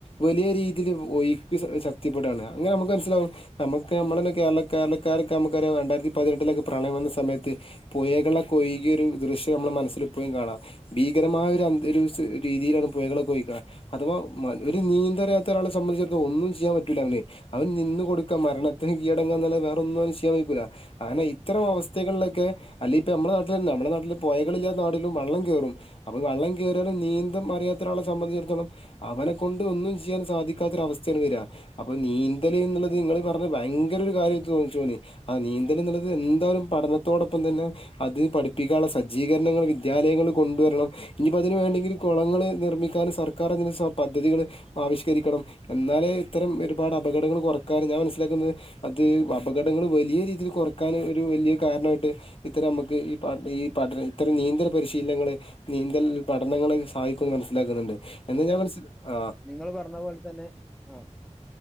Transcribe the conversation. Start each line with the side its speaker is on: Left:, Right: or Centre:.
Left: വലിയ രീതിയില് ഒഴുക്ക് ശക്തിപ്പെടാണ് അങ്ങന നമുക്ക് മനസ്സിലാവും നമുക്ക് നമ്മുടെന്ന കേരള കേരളക്കാരൊക്കെ നമുക്കറിയാ രണ്ടായിരത്തി പതിനെട്ടിലൊക്കെ പ്രളയം വന്ന സമയത്ത് പുയകളൊക്കൊഴുകിയൊരു ദൃശ്യം നമ്മുടെ മനസ്സിൽ ഇപ്പഴും കാണാം ഭീകരമായ ഒരു അന്തരീ ഒരൂസ് രീതിയിലാണ് പുയകളൊക്കെ ഒയിക അഥവാ മ ഒരു നീന്തലറിയാത്ത ഒരാളെ സംബന്ധിച്ചിടത്തം ഒന്നും ചെയ്യാൻ പറ്റൂല്ല അവന് അവൻ നിന്ന് കൊടുക്കാം മരണത്തിന് കീഴടങ്ങാന്നല്ലാതെ വേറൊന്നും അവന് ചെയ്യാൻ വെയ്ക്കൂല ആനാ ഇത്തരം അവസ്ഥകളിലൊക്കെ ക്കെ അല്ല ഇപ്പ നമ്മുടെ നാട്ടിലെന്നെ നമ്മുടെ നാട്ടില് പൊയകളില്ല നാടിലും വള്ളം കേറും അപ്പൊ വെള്ളം കേറിയാലും നീ ന്തും അറിയത്തൊരാളെ സംബന്ധിച്ചിടത്തോളം അവനെ കൊണ്ട് ഒന്നും ചെയ്യാൻ സാധിക്കാത്തൊരവസ്ഥയാണ് വര്വാ അപ്പൊ നീ ന്തല് എന്നുള്ളത് നിങ്ങള് പറഞ്ഞ ഭയങ്കര ഒരു കാര്യം തോന്നിച്ചുന്നേ ആ നീന്തല്ന്നുള്ളത് എന്തായാലും പഠനത്തോടൊ പ്പം തന്നെ അതിന് പഠിപ്പിക്കാനുള്ള സജ്ജീകരണങ്ങള് വിദ്യാലയങ്ങള് കൊണ്ടുവരണം ഇനിപ്പോ അതിന് വേണ്ടെങ്കില് കൊളങ്ങള് നിർമ്മിക്കാന് സർക്കാറതിന് സ പദ്ധതികള് ആവിഷ്കരിക്കണം എന്നാലേ ഇത്തരം ഒരുപാട പകടങ്ങള് കുറക്കാന് ഞാൻ മനസ്സിലാക്കുന്നത് അത് അപകടങ്ങള് വലിയ രീതിയില് കൊറക്കാന് ഒരു വല്ല്യ കാരണായി ട്ട് ഇത്തരം അമ്മക്ക് ഈ പാ ഈ പഠന ഇത്തരം നീന്തല് പരിശീലനങ്ങള് നീന്തൽ പഠനങ്ങള് ക്ക് മനസ്സിലാക്കുന്നുണ്ട് എന്ന് ഞാൻ മൻസില് ആഹ്
Centre: നിങ്ങള് പറഞ്ഞ പോലെ തന്നെ ആഹ്